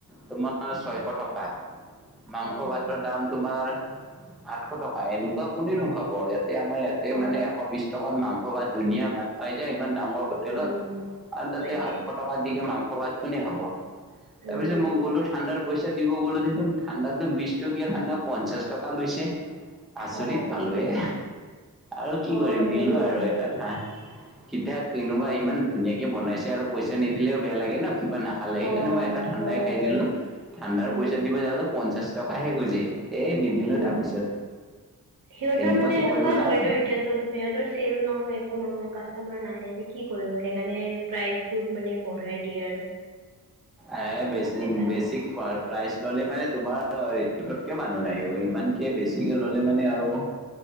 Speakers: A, in the centre; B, on the right (about 65°).
A: তোমাৰ তোমাৰ ছয়শ টকা, মাংস
B: অ
A: ভাত দাম তোমাৰ আঠশ টকা, এনেকুৱা কোনেনো খাব ইয়াত তাতে আমাৰ ইয়াতে
B: অ
A: মানে এশ বিশ টকাত মাংস ভাত ধুনীয়া ভাত পাই যায়। ইমান ডাঙৰ হোটেল
B: উম
A: হোটেলত আৰু তাতে
B: তাকে
A: আঠশ টকাৰ দি মাংস ভাত কোনে খাব? তাৰপিছত
B: উম
A: মই গ'লো, ঠাণ্ডাৰ পইচা দিব গ'লো, দেখোন ঠাণ্ডাতো বিশ টকীয়া ঠাণ্ডা পঞ্চাশ টকা লৈছে। আচৰিত
B: অ
A: পালো এ আৰু কি
B: অ
A: কৰিম,
B: সেনেকুৱা
A: দিলো আৰু
B: হয়
A: এ তাত হাহ, কেতিয়া কোনোবা ইমান ধুনীয়াকে বনাইছে আৰু পইছা নিদিলেও বেয়া লাগে ন কিবা না নাখালে সেইকাৰণে
B: অ অ
A: এটা ঠাণ্ডাই
B: হয়
A: খাই
B: হয়
A: দিলোঁ। ঠাণ্ডাৰ
B: উম।
A: পইছা দিব যাওঁতে পঞ্চাশ টকাহে খুজে, এই দি দিলোঁ
B: উম।
A: তাৰপিছত,
B: সিহঁতৰ
A: এনেকুৱাটো
B: মানে এনেকুৱাই
A: কৰিব নাপায়।
B: হয় ন এতিয়াতো সিহঁতৰ চেল নহয় একো নহয় কাষ্টমাৰ নাহে সিহঁতে কি কৰিব সেইকাৰণে প্ৰাইজ বহুত মানে বঢ়াই দিয়ে আৰু।
A: আয়ে বেচ
B: সেইকাৰণে।
A: বেচিক প্ৰা প্ৰাইজ ল'লে মানে তোমাৰ মানুহ নাহিব। ইমানকে বেছিকে ল'লে মানে আৰু